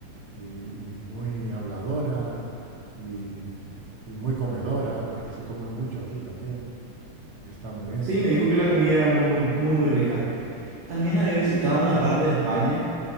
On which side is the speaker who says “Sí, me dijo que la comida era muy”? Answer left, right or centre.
Right